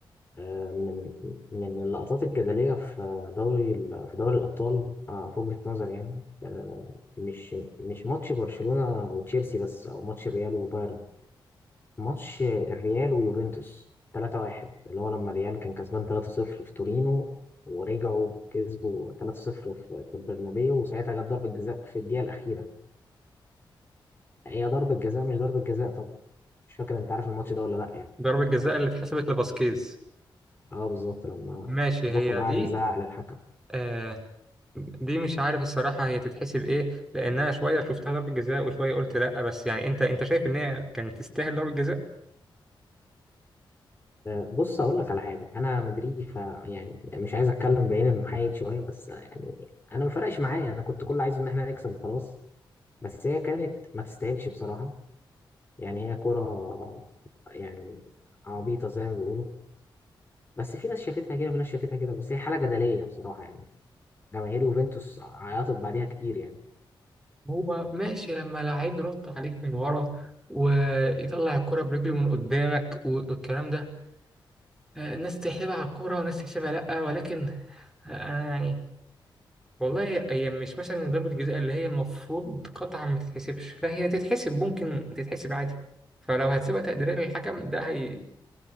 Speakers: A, on the left; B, in the centre.
A: آه، من من اللقطات الجدلية في دوري ال- في دوري الأبطال آه، في وجهة نظري يعني آه، مش مش ماتش برشلونة وتشيلسي بس أو ماتش ريال وبايرن ماتش الريال ويوفنتوس 3-1 اللي هو لما الريال كان كسبان 3-0 في تورينو ورجعوا كسبوا 3-0 في في البرنابيو وساعتها جت ضربة جزاء في الدقيقة الأخيرة هي ضربة جزاء مش ضربة جزاء طبعا مش فاكر أنت عارف الماتش ده ولا لأ يعني
B: ضربة جزاء اللي اتحسبت لفاسكيز
A: أه بالظبط لما
B: ماشي
A: بوفون
B: هي
A: قعد
B: دي
A: يزعق للحكم
B: آه دي مش عارف الصراحة هي تتحسب ايه لأنها شوية شفتها ضربة جزاء وشوية قلت لأ بس يعني انت انت شايف ان هي كانت تستاهل ضربة جزاء؟
A: آه، بص اقول لك على حاجه انا مدريدي ف يعني مش عايز اتكلم بعين المحايد شويه بس يعني انا ما فرقش معايا انا كنت كل عايزه ان احنا نكسب وخلاص بس هي كانت ما تستاهلش بصراحه يعني هي كره يعني عبيطه زي ما بيقولوا بس في ناس شافتها كده وفي ناس شافتها كده بس هي حاله جدليه بصراحه يعني جماهير يوفنتوس عيطت بعديها كتير يعني
B: هو ماشي لما لعيب يرد عليك من ورا ويطلع الكرة برجله من قدامك والكلام ده آه، ناس تحسبها على الكورة وناس تحسبها لأ ولكن آه، أنا يعني والله هي مش مثلا ضربة جزاء اللي هي المفروض قطعا ما تتحسبش لا هي تتحسب ممكن تتحسب عادي فلو هتسيبها تقديرية للحكم ده هي